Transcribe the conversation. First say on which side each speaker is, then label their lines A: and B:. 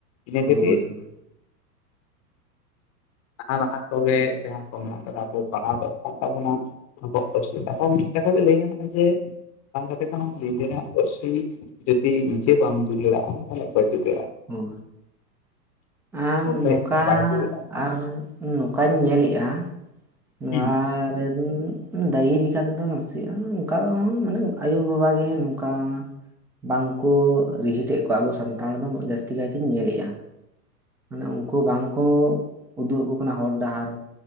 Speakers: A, on the left (about 30°); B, in the centre.
A: ᱤᱱᱟᱹ
B: ᱦᱳᱭ
A: ᱠᱷᱟᱹᱛᱤᱨ
B: ᱦᱳᱭ
A: <inaudible> ᱞᱟᱦᱟ ᱞᱟᱦᱟ ᱠᱚᱜᱮ ᱡᱟᱦᱟᱸ ᱠᱚ ᱢᱮᱱᱟᱜ ᱠᱟᱫᱟ ᱯᱟᱲᱦᱟᱜ ᱫᱚ ᱠᱚᱢᱚᱜ ᱛᱟᱵᱚᱱᱟ ᱟᱵᱚᱣᱟᱜ ᱯᱟᱹᱨᱥᱤ ᱠᱚᱢ ᱜᱮ ᱛᱟᱦᱮᱱ ᱞᱟᱹᱭᱮ ᱜᱟᱱᱚᱜ-ᱟ ᱡᱮ ᱵᱟᱝ ᱠᱟᱮᱫ ᱱᱮᱦᱟ ᱱᱤᱡᱮᱨᱟᱜ ᱯᱟᱹᱨᱥᱤ ᱡᱩᱫᱤ ᱱᱤᱡᱮ ᱵᱟᱢ ᱡᱩᱩᱞᱟᱲᱟᱜᱼᱟ ᱛᱟᱦᱚᱞᱮ ᱚᱠᱚᱭ ᱫᱩᱞᱟᱹᱲᱟᱜᱼᱟ
B: ᱦᱳ ᱟᱨ
A: ᱦᱚᱲ ᱫᱚ ᱦᱮᱡ
B: ᱱᱚᱝᱠᱟ
A: ᱠᱟᱛᱮ ᱵᱟᱭ ᱫᱩᱞᱟᱹᱲᱟᱜᱼᱟ
B: ᱟᱨ ᱱᱚᱝᱠᱟ ᱧᱮᱞᱮᱜᱼᱟ ᱱᱚᱣᱟ
A: ᱦᱩᱸ
B: ᱨᱮᱱ ᱫᱟᱹᱭᱤ ᱞᱮᱠᱟ ᱛᱮᱫᱚ ᱱᱟᱥᱮᱭᱟᱜᱼᱟ ᱚᱱᱠᱟ ᱢᱟᱱᱮ ᱟᱭᱩᱼᱵᱟᱵᱟᱜ ᱜᱮ ᱱᱚᱝᱠᱟ ᱵᱟᱝ ᱠᱚ ᱨᱤᱦᱤᱴ ᱮᱫ ᱠᱚᱣᱟ ᱟᱵᱚ ᱥᱟᱱᱛᱟᱲ ᱫᱚ ᱡᱟᱹᱥᱛᱤ ᱠᱟᱭᱛᱤᱧ ᱧᱮᱞᱮᱫᱼᱟ ᱢᱟᱱᱮ ᱩᱱᱠᱩ ᱵᱟᱝ ᱠᱚ ᱩᱫᱩᱜ ᱟᱠᱚ ᱠᱟᱱᱟ ᱦᱚᱨ ᱰᱟᱦᱟᱨ